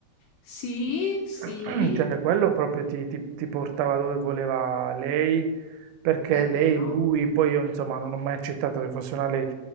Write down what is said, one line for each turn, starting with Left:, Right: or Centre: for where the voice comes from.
Left: Sì, sì,
Right: <clears throat> cioè quello proprio ti, ti- ti portava dove voleva lei, perché
Left: è
Right: lei,
Left: vero.
Right: lui, poi io insomma non ho mai accettato che fosse una lei.